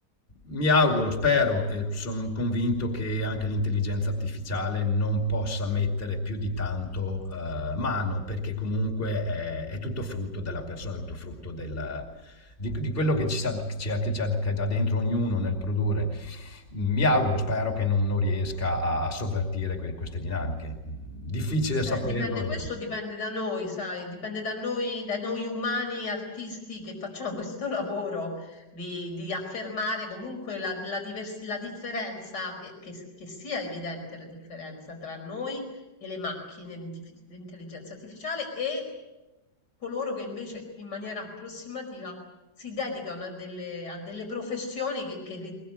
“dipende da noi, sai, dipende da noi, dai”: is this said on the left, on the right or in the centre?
Left